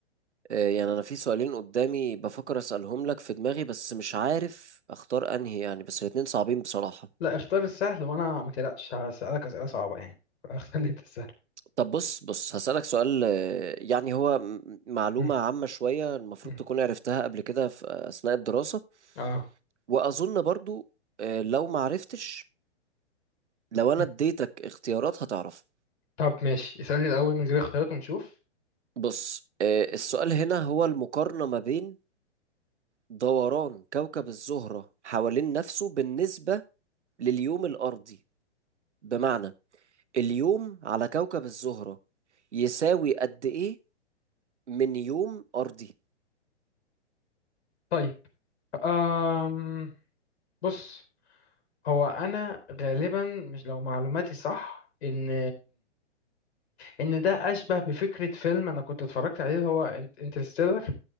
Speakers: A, on the right; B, on the left.
A: آه يعني أنا في سؤالين قدامي بفكر أسألهم لك في دماغي بس مش عارف أختار أنهي يعني بس الاتنين صعبين بصراحة
B: لا اختار السهل وانا ما تقلقش هسألك اسئلة صعبة يعني <laughs> فاختار لي انت السهل
A: طب بص بص هسألك سؤال آه، يعني هو م- معلومة
B: مم.
A: عامة شوية المفروض
B: مم.
A: تكون عرفتها قبل كده في أثناء الدراسة
B: اه
A: وأظن برضو آه، لو ما عرفتش لو أنا
B: مم.
A: اديتك اختيارات هتعرف
B: طب ماشي اسألني الاول من غير اختيارات ونشوف
A: بص آه، السؤال هنا هو المقارنة ما بين دوران كوكب الزهرة حوالين نفسه بالنسبة لليوم الأرضي بمعنى اليوم على كوكب الزهرة يساوي قد إيه من يوم أرضي
B: طيب أم... بص هو انا غالبا مش لو معلوماتي صح ان ان ده اشبه بفكره فيلم انا كنت اتفرجت عليه اللي هو انترستيلر